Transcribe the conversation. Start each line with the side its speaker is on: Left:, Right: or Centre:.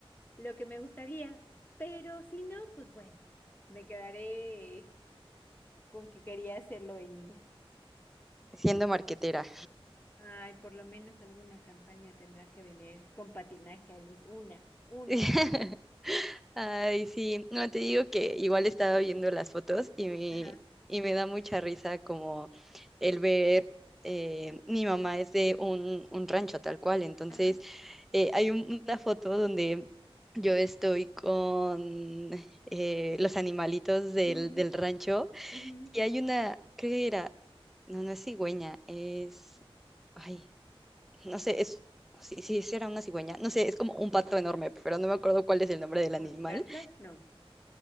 Left: lo que me gustaría. Pero si no, pues bueno, me quedaré con que quería hacerlo de niña.
Centre: siendo marquetera?
Left: Ay, por lo menos alguna campaña tendrá que venir con patinaje, Alice. Una, una.
Centre: <laughs> Ay, sí, no te digo que igual estaba viendo las fotos y me,
Left: Ajá,
Centre: y me da mucha risa como el ver, eh, mi mamá es de un, un rancho tal cual, entonces
Left: ajá.
Centre: eh, hay un- una foto donde yo estoy con eh, los animalitos del,
Left: ujú,
Centre: del rancho
Left: ujú.
Centre: y hay una, creo que era, no, no es cigüeña, es... Ay, no sé, es, si, si era una cigüeña, no sé, es como un pato enorme, pero no me acuerdo cuál es el nombre del
Left: No,
Centre: animal.
Left: Garza, no,